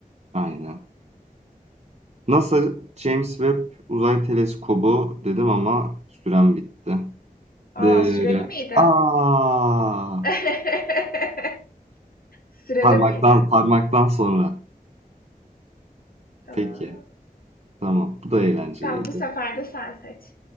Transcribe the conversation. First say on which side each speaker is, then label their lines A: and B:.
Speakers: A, on the right; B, on the left.
A: Aynen. NASA James Webb Uzay Teleskobu dedim ama sürem bitti.
B: A,
A: Dırı.
B: süreli miydi?
A: Aa!
B: <laughs> Süreli
A: Parmaktan
B: miydi?
A: parmaktan sonra. Peki.
B: Aaa,
A: Tamam. Bu da eğlenceliydi.
B: tamam bu sefer de sen seç.